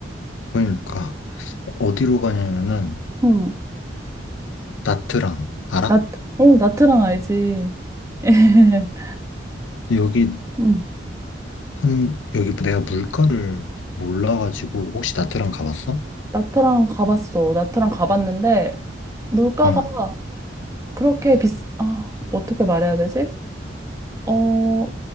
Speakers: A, on the left; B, on the right.
A: 그러니까 어디로 가냐면은
B: 응.
A: 나트랑, 알아?
B: 나트, 어, 나트랑 알지. <laughs>
A: 여기
B: 응.
A: 한, 여기 내가 물가를 몰라가지고, 혹시 나트랑 가봤어?
B: 나트랑 가봤어. 나트랑 가봤는데, 물가가
A: 응.
B: 그렇게 비싸, 아, 어떻게 말해야 되지? 어,